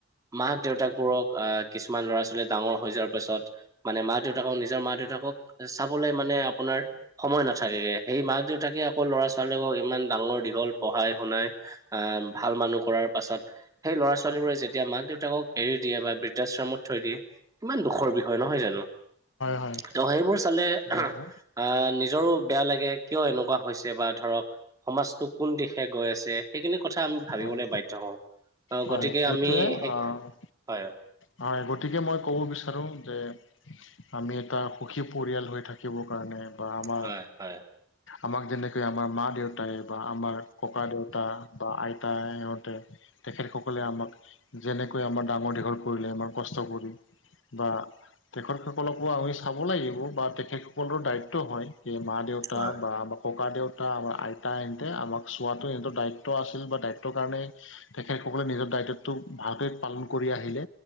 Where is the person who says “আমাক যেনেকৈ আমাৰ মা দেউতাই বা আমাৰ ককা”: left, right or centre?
Left